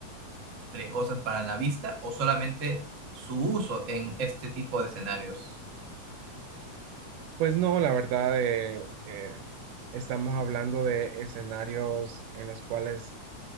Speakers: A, on the right (about 35°); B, on the right (about 80°).
A: riesgosas para la vista o solamente su uso en este tipo de escenarios.
B: Pues no, la verdad, eh, eh, estamos hablando de escenarios en los cuales